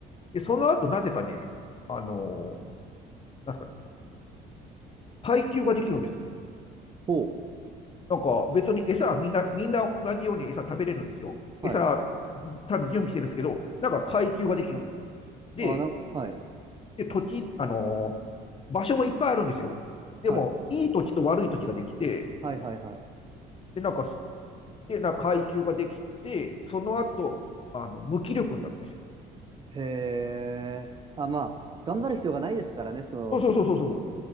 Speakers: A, on the left; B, on the right.
A: で、その後、なぜかね、あの、なんですかね、階級ができるんですよ。
B: ほ
A: なんか別に餌はみんな、みんな同じように餌食べれるんですよ。
B: う。
A: 餌、
B: はい。
A: ちゃんと準備してるんですけど、なんか階級ができるんですよ。で、
B: あー、なん、はい。
A: で土地、あのー場所もいっぱいあるんですよ。でも、
B: はい。
A: いい土地と悪い土地ができて、
B: はいはいはい。
A: で、なんか、で、なんか階級ができて、その後、あの、無気力になるんですよ。
B: へえ。あ、まあ、頑張る必要がないですからね、その、
A: そうそうそうそうそう。